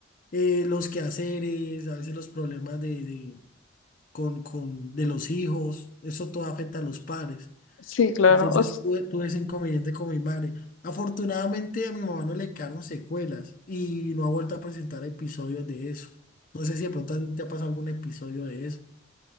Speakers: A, on the left (about 45°); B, on the left (about 80°).
A: eh, los quehaceres, a veces los problemas de, de- con, con, de los hijos, eso todo afecta a los padres.
B: sí, claro.
A: Entonces,
B: O s-
A: tuve, tuve ese inconveniente con mi madre. Afortunadamente, a mi mamá no le quedaron secuelas y no ha vuelto a presentar episodios de eso. No sé si de pronto a ti te ha pasado algún episodio de eso.